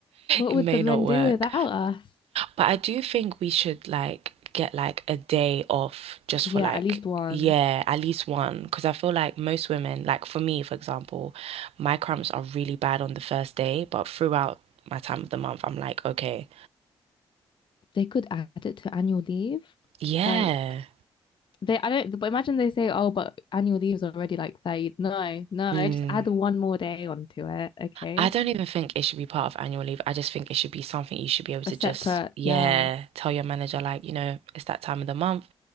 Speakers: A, on the left (about 55°); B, on the right (about 80°).
A: What
B: it
A: would
B: may
A: the men
B: not work.
A: do without us?
B: But I do think we should like get like a day off just
A: Yeah,
B: for like,
A: at least one.
B: yeah, at least one. Because I feel like most women, like for me, for example, my cramps are really bad on the first day, but throughout my time of the month, I'm like, okay,
A: They could add it to annual leave.
B: yeah.
A: Like they, I don't, but imagine they say, oh, but annual leave is already like 30. No, no,
B: Mm.
A: just add one more day onto it. Okay.
B: I don't even think it should be part of annual leave. I just think it should be something you should be able to
A: A separate,
B: just, yeah,
A: yeah.
B: tell your manager, like, you know, it's that time of the month.